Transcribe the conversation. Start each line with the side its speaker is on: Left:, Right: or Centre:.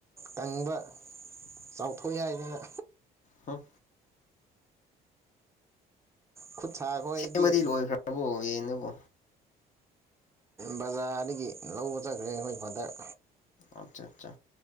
Right: ꯀꯪꯕ
Left: <inaudible>
Right: ꯆꯥꯎꯊꯣꯛꯑꯦ ꯍꯥꯏꯗꯅ
Left: ꯍꯨꯝ
Right: ꯈꯨꯠ ꯁꯥ ꯑꯩꯈꯣꯏꯗꯤ
Left: ꯁꯦꯝꯕꯗꯤ ꯂꯣꯏꯈ꯭ꯔꯕꯣ ꯌꯦꯟꯗꯨꯕꯣ
Right: ꯕꯖꯥꯔꯗꯒꯤ ꯂꯧꯕ ꯆꯠꯈ꯭ꯔꯦ ꯑꯩꯈꯣꯏ ꯃꯥꯗꯔ
Left: ꯑꯠꯆꯥ ꯆꯥ